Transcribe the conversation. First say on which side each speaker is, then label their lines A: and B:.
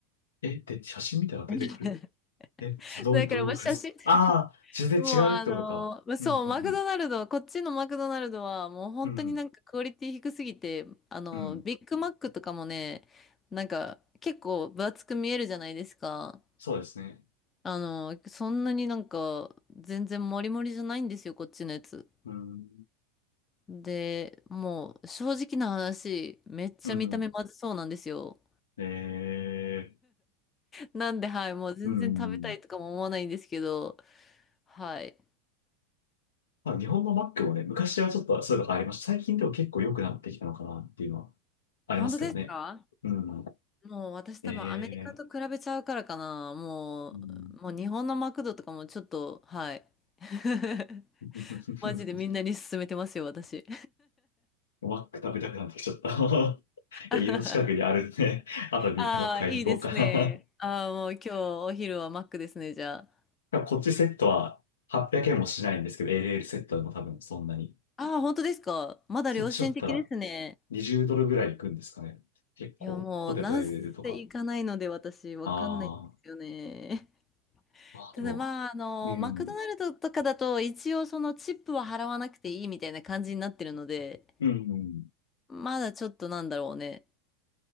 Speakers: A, on the left; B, on the left.
A: え、で、写真見たら出てくる。
B: <laughs>
A: え、そどういう、
B: だからもう写真
A: どういうことですかああー、全然違うってことか。
B: もうあのーそう、
A: うん。うん。
B: マクドナルド、こっちのマクドナルドはもう本当になんかクオリティ低すぎて、
A: うん。うん
B: あのー、
A: うん
B: ビッグマックとかもね、なんか結構分厚く見えるじゃないですか。
A: そうですね。
B: あのーそんなになんか全然モリモリじゃないんですよ、こっちのやつ。
A: うん。
B: で、もう正直な話、めっちゃ見た目まずそうなんですよ。
A: うん。えー。
B: なんで、はい、もう全然食べたいとかも思わないんですけど、
A: うん。
B: はい。
A: まあ、日本のマックもね、昔はちょっとそういうのがありました。最近でも結構良くなってきたのかなっていうのはありますけどね。
B: 本当ですか
A: うん。
B: もう私多分アメリカと比べちゃうからかな。
A: ええ。
B: もう、
A: うん
B: もう日本のマクドとかもちょっと、はい。<laughs>
A: <laughs>
B: マジでみんなに勧めてますよ、私。
A: マック食べたくなってきちゃった <laughs>
B: <laughs>
A: いや、家の近くにあるんで、<laughs> あとビッグマック買いに行こうか
B: ああ、いいですね。ああ、もう今日お昼はマックですね、じゃあ。
A: な <laughs> こっちセットは800円もしないんですけど、LL セットでも多分そんなに。
B: ああ、本当ですか。まだ良心的ですね。
A: そっちだったら20ドルぐらいいくんですかね。結構、
B: いや、もう、
A: ポテト
B: なんせ行かないので私、
A: LL とか。
B: わかんないんですよね。
A: あ
B: <laughs>
A: あ、
B: ただまあ、
A: あと、
B: あの、
A: うん、
B: マクドナルドとかだと、一応そのチップは払わなくていいみたいな感じになってるので、
A: うん、うん
B: まだちょっとなんだろうね。